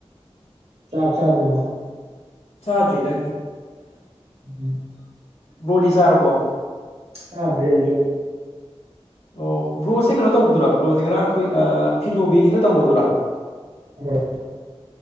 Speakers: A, on the right; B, on the left.
A: ꯆꯥꯛ ꯆꯥꯗ꯭ꯔꯔꯤꯒ
B: ꯆꯇꯔꯤꯗ
A: ꯎꯝ
B: ꯕꯣꯗꯤꯤꯁꯥꯔꯔꯕꯣ
A: ꯆꯥꯗ꯭ꯔꯔꯤ ꯑꯩꯁꯨ
B: ꯑꯣ ꯕ꯭ꯔꯣꯁꯦ ꯀꯩꯅꯣ ꯇꯧꯕꯗꯨꯔ ꯕ꯭ꯔꯣꯖꯁꯦ ꯉꯔꯥꯡ ꯑꯩꯈꯣꯏ ꯐꯤꯅꯣꯕꯤꯒꯤꯅ ꯇꯧꯕꯗꯨꯔꯥ
A: ꯍꯣꯏ